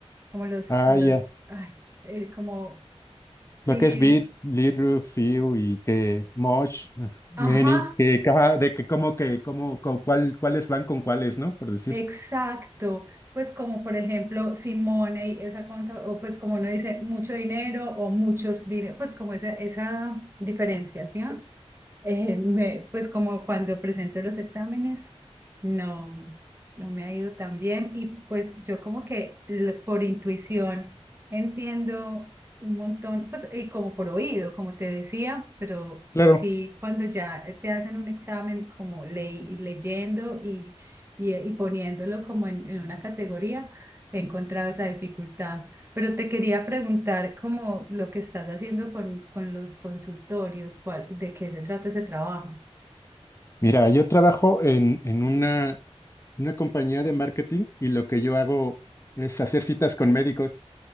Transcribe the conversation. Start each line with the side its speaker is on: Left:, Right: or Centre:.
Right: Como los,
Left: ah,
Right: los,
Left: ya.
Right: ay, eh, como, sí,
Left: Lo que es bit, little, few y que much, many,
Right: ajá,
Left: que cada, de que como que, como, con cuál, cuáles van con cuáles, ¿no? Por decir.
Right: exacto. Pues como por ejemplo, si money, esa conta, o pues como uno dice mucho dinero o muchos dinero, pues como esa, esa diferenciación. Eh, me- pues como cuando presento los exámenes, no, no me ha ido tan bien y pues yo como que l- por intuición entiendo un montón, pues y como por oído, como te decía, pero
Left: Claro.
Right: sí cuando ya te hacen un examen como ley, leyendo y, y, y poniéndolo como en, en una categoría, he encontrado esa dificultad. Pero te quería preguntar como lo que estás haciendo con, con los consultorios, cuál, de qué se trata ese trabajo.
Left: Mira, yo trabajo en, en una una compañía de marketing y lo que yo hago es hacer citas con médicos.